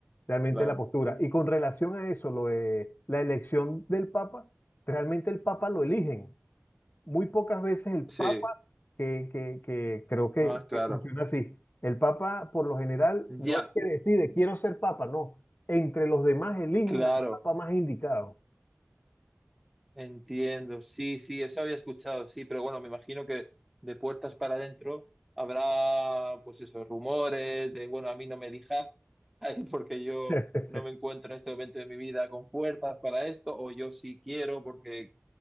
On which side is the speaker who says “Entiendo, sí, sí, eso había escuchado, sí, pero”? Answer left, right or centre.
Centre